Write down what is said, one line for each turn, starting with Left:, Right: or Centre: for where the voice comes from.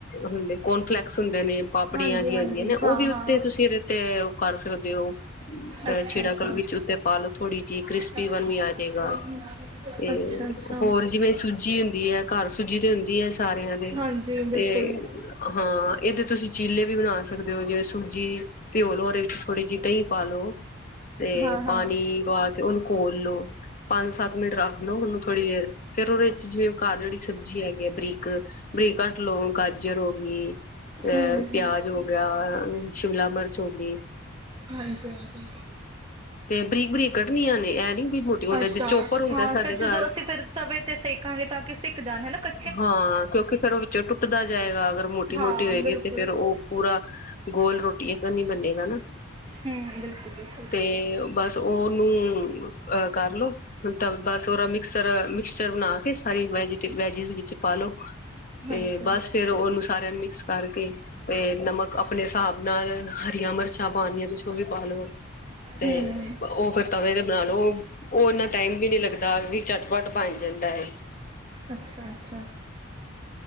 Left: ਹੁੰਦੇ ਕੋਨਫਲੈਕਸ ਹੁੰਦੇ ਨੇ ਪਾਪੜੀਆਂ
Right: ਹਾਂਜੀ
Left: ਜਿਹੀਆਂ
Right: ਹਾਂਜੀ
Left: ਹੁੰਦੀਆਂ ਨੇ
Right: ਹਾਂ
Left: ਉਹ ਵੀ ਉੱਤੇ
Right: ਹਾਂ
Left: ਤੁਸੀਂ ਇਹਦੇ ਤੇ ਕਰ ਸਕਦੇ ਹੋ।
Right: ਅੱਛਾ
Left: ਛਿੜਕ
Right: ਅੱਛਾ
Left: ਲ ਵਿੱਚ ਉੱਤੇ ਪਾਲੋ ਥੋੜ੍ਹੀ ਜਿਹੀ ਕ੍ਰਿਸਪੀ
Right: ਅੱਛਾ
Left: ਪਨ ਵੀ ਆ ਜੇਗਾ, ਤੇ
Right: ਅੱਛਾ
Left: ਹੋਰ ਜਿਵੇਂ ਸੂਜੀ ਹੁੰਦੀ ਹੈ ਘਰ ਸੂਜੀ ਤੇ ਹੁੰਦੀ ਹੈ ਸਾਰਿਆਂ ਦੇ,
Right: ਹਾਂਜੀ ਬਿਲਕੁਲ
Left: ਤੇ ਹਾਂ ਇਹਦੇ ਤੁਸੀਂ ਚੀਲੇ ਵੀ ਬਣਾ ਸਕਦੇ ਹੋ ਜਿਵੇਂ ਸੂਜੀ ਪਿਓ ਲੋ ਉਦੇ ਥੋੜੀ ਜੀ ਦਹੀਂ ਪਾਲੋ ਤੇ
Right: ਹਾਂ ਹਾਂ
Left: ਪਾਣੀ ਵਾ ਉਹਨੂੰ ਖੋਲ ਲੋ, ਪੰਜ ਸੱਤ ਮਿੰਟ ਰੱਖ ਲਓ, ਉਹਨੂੰ ਥੋੜ੍ਹੀ ਫੇਰ ਉਹਦੇ ਚ ਜਿਵੇਂ ਕਾਲੀ ਸਬਜ਼ੀ ਹੈਗੀ ਹੈ, ਬਰੀਕ ਬਰੀਕ ਕੱਟ ਲੋ ਗਾਜਰ ਹੋ ਗਈ। ਆਹ
Right: ਹਮ
Left: ਪਿਆਜ ਹੋ ਗਿਆ, ਅਮ ਸ਼ਿਮਲਾ ਮਿਰ ਚ ਹੋਗੀ।
Right: ਹਾਂਜੀ ਹਾਂਜੀ,
Left: ਤੇ ਬਰੀਕ-ਬਰੀਕ ਕੱਢਣੀਆਂ ਨੇ ਇਹ ਨੀ ਵੀ ਮੋਟੀ-ਮੋਟੀ
Right: ਅੱਛਾ
Left: ਜੇ ਚੋਪਰ ਹੁੰਦਾ
Right: ਹਾਂ
Left: ਸਾਡੇ
Right: ਫਿਰ ਜਦੋਂ
Left: ਘਰ
Right: ਅਸੀਂ ਫਿਰ ਤਵੇ ਤੇ ਸੇਕਾ ਗੇ ਤਾਂ ਕਿ ਸਿੱਕ ਜਾਣ ਹੈਨਾ ਕ
Left: ਹਾਂ ਕਿਉਂਕਿ ਫ਼ੇਰ ਉਹ ਵਿੱਚੋਂ ਟੁੱਟਦਾ ਜਾਏਗਾ। ਮੋਟੀ
Right: ਹਾਂ
Left: ਰਹਿ ਗਈ
Right: ਬਿਲਕੁਲ
Left: ਤੇ ਫੇਰ ਉਹ ਪੂਰਾ ਗੋਲ ਰੋਟੀ, ਐਸਾ ਨੀ ਬੰਨੇਗਾ ਨਾ।
Right: ਹਮ ਬਿਲਕੁਲ ਬਿਲਕੁਲ
Left: ਤੇ ਬਸ ਉਹਨੂੰ ਆਹ ਕਰਲੋ ਤਾਂ ਬਸ ਉਹਦਾ ਮਿਕਸ ਤਰ੍ਹਾਂ ਮਿਕਸਚਰ ਬਣਾ ਕੇ ਹਰੀ ਵੈਜੀਟੇ ਵੈਜਿਸ ਵਿੱਚ ਪਾਲੋ। ਤੇ
Right: ਹਾਂਜੀ
Left: ਬਸ ਫੇਰ ਉਹਨੂੰ ਸਾਰਿਆਂ ਨੂੰ ਮਿਕਸ ਕਰਕੇ ਤੇ ਨਮਕ ਆਪਣੇ ਹਿਸਾਬ ਨਾਲ ਹਰੀਆਂ ਮਿਰ ਚਾ ਪਾਣੀਆ ਤੁਸੀ ਉਹ ਵੀ ਪਾ ਲੋ ਤੇ
Right: ਹਮ
Left: ਉਹ ਫਿਰ ਤਵੇ ਦੇ ਬਣਾ ਲਓ, ਓਹ ਇਹਨਾ ਟਾਈਮ ਵੀ ਨੀ ਲਗਦਾ। ਦਾਗ ਵੀ ਚਟਪਟ ਬਣ ਜਾਂਦਾ ਐ।
Right: ਅੱਛਾ ਅੱਛਾ।